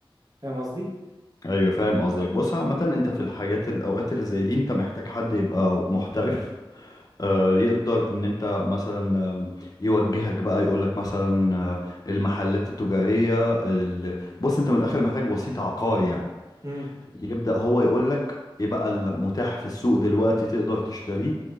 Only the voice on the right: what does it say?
فاهم قصدي
امم